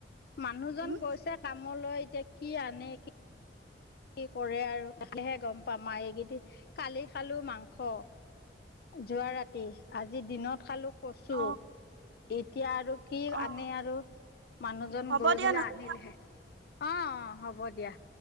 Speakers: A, on the left; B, on the right.
A: মানুহজন
B: উম
A: গৈছে কামলৈ টিয়া কি আনে, কি কি কৰে আৰু আহিলেহে গম পাম আৰু এইকেইটি, কালি খালো মাংস। যোৱা ৰাত টি। আজি দিনত খালো কছু।
B: অ
A: এক এতিয়া আৰু কি
B: অ
A: আনে আৰু? মানুহজন
B: হ'ব
A: গৈ
B: দিয়া
A: পেলাই
B: নহ'লে
A: আনিল হে। অ' হ'ব দিয়া।